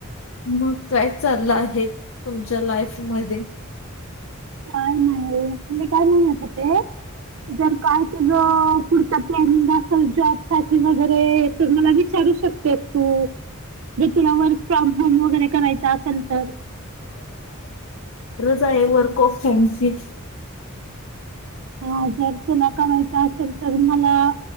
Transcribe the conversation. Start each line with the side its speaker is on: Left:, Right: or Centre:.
Left: मग काय चाललं आहे तुमच्या लाईफ मध्ये...
Right: काय नाही... मी काय म्हणत होते जर काय तुझं... अ... पुढचा प्लॅन... म्हणजे असंच जॉबसाठी वगैरे तर मला विचारू शकतेस तू... जर तुला वर्क फ्रॉम होम वगैरे करायच आसन तर
Left: होय वर्क ऑफ होमची
Right: हा जर तुला करायचं असेल तर मला